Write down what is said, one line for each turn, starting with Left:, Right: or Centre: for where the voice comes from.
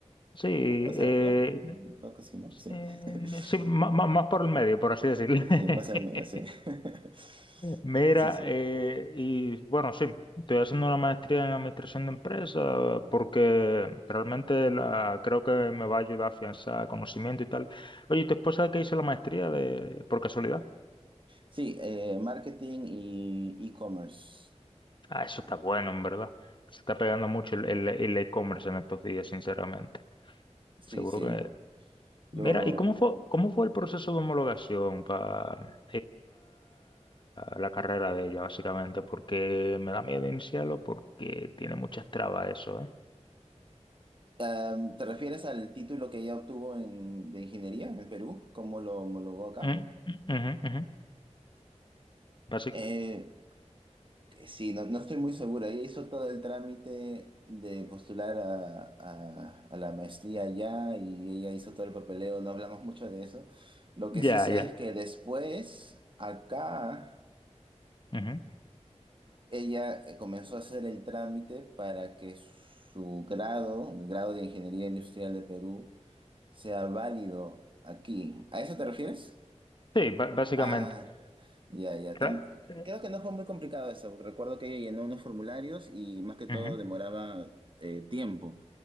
Left: sí. eh,
Right: más arriba? Mm, Creo que sí, ¿no? Sí.
Left: Eh,
Right: <laughs>
Left: sí, má- má- más, por el medio, por así decirlo. <laughs>
Right: Sí, sí, más al medio, sí. <laughs>
Left: Mira,
Right: Sí, sí.
Left: eh, y bueno, sí, estoy haciendo una maestría en administración de empresas porque realmente la, creo que me va a ayudar a afianzar conocimiento y tal. Oye, ¿y tu esposa que hizo la maestría de, por casualidad?
Right: Sí, eh, marketing y e-commerce.
Left: Ah, eso está bueno, en verdad. Se está pegando mucho el el- el e-commerce en estos días, sinceramente.
Right: Sí,
Left: Seguro
Right: sí.
Left: que
Right: Lo,
Left: Mira, ¿y cómo fue, cómo fue el proceso de homologación para la carrera de ella, básicamente? Porque me da miedo iniciarlo porque tiene muchas trabas eso, ¿eh?
Right: am, ¿te refieres al título que ella obtuvo en, de ingeniería en Perú? ¿Cómo lo homologó acá?
Left: Mm, mm, ujú, ujú. Basi-
Right: Eh, eh, Sí, no, no estoy muy segura. Ella hizo todo el trámite de postular a, a- a la maestría allá y ella hizo todo el papeleo. No hablamos mucho de eso. Lo que
Left: ya,
Right: sí sé
Left: ya.
Right: es que después, acá,
Left: ujú.
Right: ella eh, comenzó a hacer el trámite para que su grado, el grado de Ingeniería Industrial de Perú, sea válido aquí. ¿A eso te refieres?
Left: Sí, ba- básicamente.
Right: Ah, ya, ya.
Left: Ra-
Right: Tam-
Left: eh,
Right: creo que no fue muy complicado eso. Recuerdo que ella llenó unos formularios y más que todo
Left: ujú.
Right: demoraba eh, tiempo.